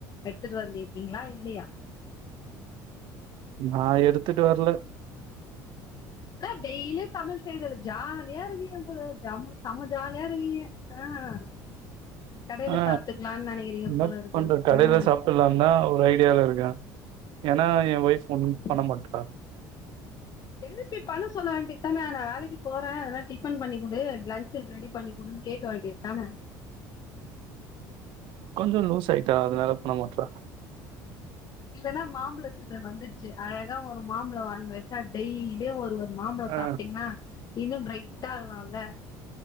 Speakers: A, on the left; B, on the right.
A: எடுத்துட்டு வந்திருக்கீங்ளா இல்லியா
B: நா எடுத்துட்டு வரல
A: என்ன டெய்லியு சமயல் செய்றது ஜாலியா இருக்கீங்க போல ஜெ செம ஜாலியா இருக்கீங்கங்க ஆ கடையில
B: ஆ
A: சாப்ட்டுக்கலான்னு நெனைக்கிறீங்க
B: என்ன
A: போல இருக்கு
B: பன்றது கடையில
A: ஆ
B: சாப்புடலான்தா ஒரு ஐடியால இருக்க ஏன்னா எ ஒய்ஃப் ஒன்னு
A: ம்
B: பண்ண மாட்றா
A: எழுப்பி பண்ண சொல்ல வேண்டி எத்தன நாளைக்கு போற எதனா டிஃபன் பண்ணி குடு லன்ச் சு ரெடி பண்ணிக்குடுன்னு கேட்க வேண்டியதான
B: கொஞ்சோ லூஸ் ஆயிட்டா அதனால பண்ணமாட்றா
A: இல்லன்னா மாம்பழ சீசன் வந்துருச்சு அழ கா ஒரும் மாம்பழம் வாங்கி வச்சா டெய்லி அப்டியே ஒரு மாம்பழம்
B: ஆ
A: சாப்டீங்னா இன்னும் பிரைட்டா ஆகலாம்ல